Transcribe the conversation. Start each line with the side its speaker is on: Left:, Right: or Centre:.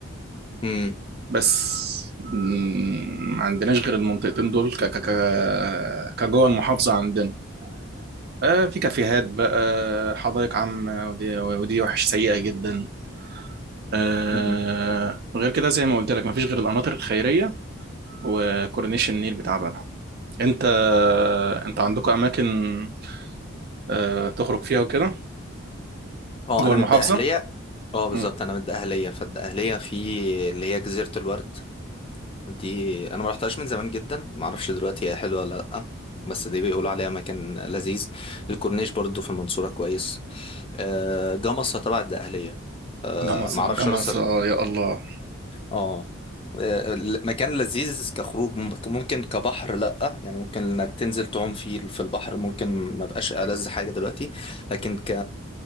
Left: امم
Right: بس مم، ما عندناش غير المنطقتين دول ك ك ك كجوه المحافظه عندنا آه في كافيهات بقى حدائق عامه ودي ودي وحش سيئه جدا آه
Left: <laughs>
Right: غير كده زي ما قلت لك مفيش غير القناطر الخيريه وكورنيش النيل بتاع بنها انت انت عندكم اماكن آه، تخرج فيها وكده
Left: اه
Right: جوه
Left: انا
Right: المحافظه
Left: من الدقهليه اه بالظبط
Right: امم
Left: انا من الدقهليه فالدقهليه في اللي هي جزيره الورد دي انا ما رحتهاش من زمان جدا ما اعرفش دلوقتي هي حلوه ولا لا بس دي بيقولوا عليها مكان لذيذ الكورنيش برضو في المنصوره كويس آه، جمصة تبع الدقهلية آه،
Right: جمصه
Left: معرفش
Right: جمصه
Left: راس سر-
Right: يا الله
Left: اه آه، ال- مكان لذيذ كخروج ممكن ممكن كبحر لأ يعني ممكن انك تنزل تعوم فيه في البحر ممكن ما بقاش ألذ حاجة دلوقتي لكن ك...